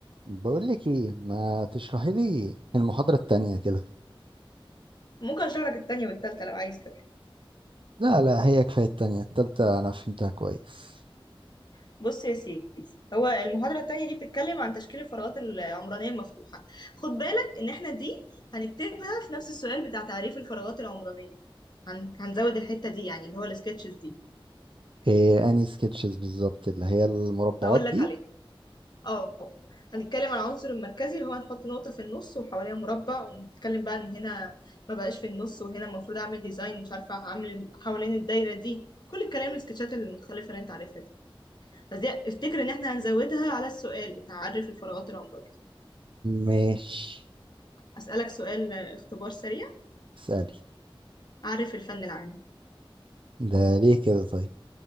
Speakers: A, on the right; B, on the left.
A: بقول لك ايه ما تشرحي لي المحاضرة التانية كده
B: ممكن اشرح لك التانية والتالتة لو عايز كمان
A: لا لا هي كفاية التانية التالتة انا فهمتها كويس
B: بص يا سيدي هو المحاضرة التانية دي بتتكلم عن تشكيل الفراغات العمرانية المفتوحة خد بالك ان احنا دي هنكتبها في نفس السؤال بتاع تعريف الفراغات العمرانية هن... هنزود الحتة دي يعني اللي هو السكتشز دي
A: إيه اني سكتشز بالظبط اللي هي المربعات
B: هقول لك
A: دي
B: عليها اه هنتكلم عن العنصر المركزي اللي هو هنحط نقطة في النص وحواليها مربع ونتكلم بقى ان هنا ما بقاش في النص وهنا المفروض اعمل ديزاين مش عارفة اعمل حوالين الدايرة دي كل الكلام السكتشات المتخلفة اللي انت عارفها دي. بس دي افتكر ان احنا هنزودها على السؤال بتاع عرف الفراغات العمرانية
A: ماشي
B: اسألك سؤال آه، اختبار سريع
A: اسألي
B: عرف الفن العام
A: ده ليه كده طيب